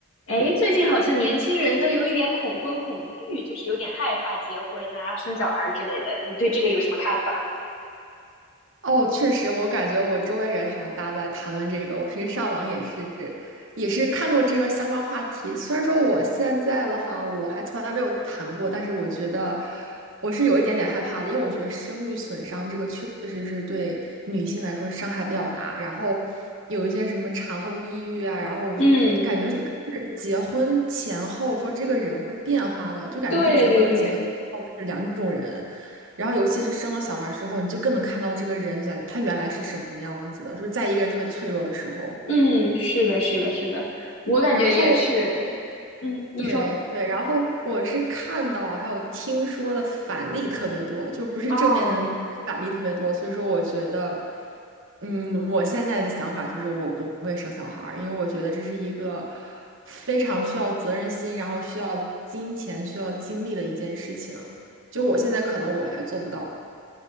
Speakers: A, on the left (about 65°); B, on the right (about 60°).
A: 哎，最近好像年轻人都有一点恐婚恐育，就是有点害怕结婚啊、生小孩儿之类的。你对这个有什么看法？
B: 哦，确实，我感觉我周围人好像大家都在谈论这个。我平时上网也是，也是看过这个相关话题。虽然说我现在的话，我还从来没有谈过，但是我觉得我是有一点点害怕的，因为我觉得生育损伤这个确实是对女性来说伤害比较大。然后有一些什么产后抑郁啊，然后我就感觉就是结婚前后说这个人会变化的，
A: 嗯，
B: 就感觉他结婚前后是两种人。
A: 对对对，
B: 然后，尤其是生了小孩之后，你就更能看到这个人原他原来是什么样子的，就是在一个人特别脆弱的时候。
A: 嗯，是的，是的，是的，我感觉也是。
B: 然后，
A: 嗯，你说，
B: 对对，然后我是看到还有听说的反例特别多，就不是正面的例子，
A: 哦，
B: 是反例特别多。所以说，我觉得，嗯，我现在的想法就是我不会生小孩儿，因为我觉得这是一个非常需要责任心，然后需要金钱、需要精力的一件事情。就我现在可能我还做不到，